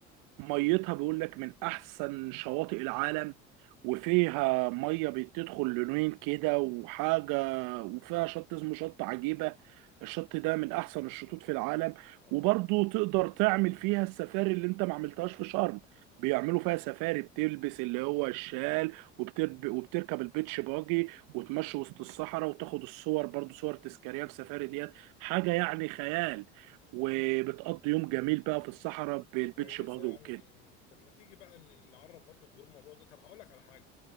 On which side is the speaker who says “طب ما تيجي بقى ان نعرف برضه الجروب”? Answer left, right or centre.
Left